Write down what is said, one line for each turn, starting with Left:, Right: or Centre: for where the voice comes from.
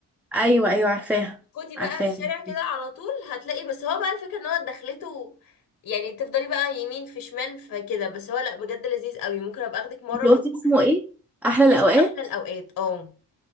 Centre: ايوه ايوه عارفاها
Left: خدي
Centre: عارفاها
Left: بقى الشارع كده على طول هتلاقي بس هو بقى الفكرة ان هو دخلته يعني تفضلي بقى يمين في شمال فكده بس هو لا بجد لذيذ قوي ممكن ابقى اخدك مرة
Centre: انت
Left: ونروح
Centre: قلتي اسمه ايه احلى الاوقات
Left: اسمه احلى الاوقات اه